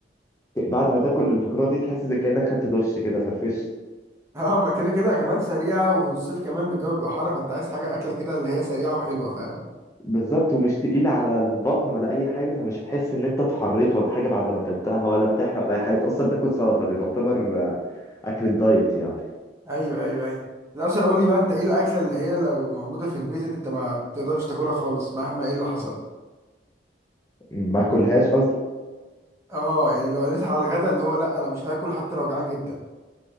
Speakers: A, on the left (about 15°); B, on the right (about 15°).
A: بعد ما تاكل البكره دي تحس زي كانك خدت دش كده فرفشت
B: <laughs> اه ما كده كده كمان سريعه والصيف كمان الجو بيبقى حر فانت عايز حاجه اكله كده اللي هي سريعه وحلوه فاهم
A: بالظبط ومش تقيله على البطن ولا اي حاجه فمش هتحس ان انت اتحريت ولا حاجه بعد ما اكلتها ولا بتحرق ولا اي حاجه اصلا بتاكل سلطه دي تعتبر آه، اكل الدايت يعني
B: ايوه ايوه ايوه لا اصلا قول لي بقى انت ايه الاكله اللي هي لو موجوده في البيت انت ما بتقدرش تاكلها خالص مهما ايه اللي حصل
A: ما اكلهاش
B: اه يعني لو قلت على الغدا اللي هو لا انا مش هاكل حتى لو جعان جدا